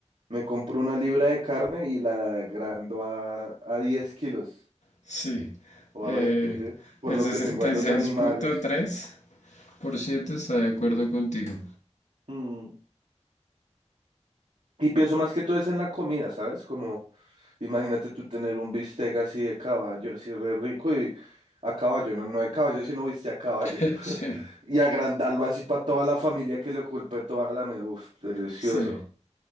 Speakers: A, on the right (about 80°); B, on the left (about 80°).
A: me compro una libra de carne y la agrando a, a 10 kilos
B: Sí.
A: o
B: Eh,
A: a veinte ¿sí? Por
B: el
A: lo
B: 66.3%
A: que tengo a los animales.
B: está de acuerdo contigo.
A: Mm, Y pienso más que todo es en la comida, ¿sabes? Como Imagínate tú tener un bistec así de caballo, así re rico y a caballo, no, no de caballo, sino bistec a caballo.
B: Sí,
A: <laughs>
B: sí,
A: Y agrandarlo así para toda la familia que le ocupe toda la me Uf, delicioso.
B: sí,